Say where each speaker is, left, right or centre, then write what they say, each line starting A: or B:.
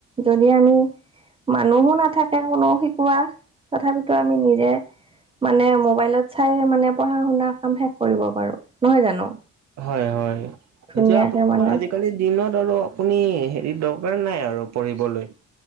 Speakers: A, on the right; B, on the right.
A: যদি আমি। মানুহো নাথাকে কোনো শিকোৱা তথাপিতো আমি নিজে। মানে মোবাইলত চাই মানে পঢ়া-শুনাৰ কাম শেষ কৰিব পাৰো নহয় জানো।
B: হয়, হয়
A: ধুনীয়াকে
B: এতিয়া আপোনাৰ
A: মানে
B: আজিকালি। দিনত আৰু আপুনি হেৰি দৰকাৰ নাই আৰু পঢ়িবলৈ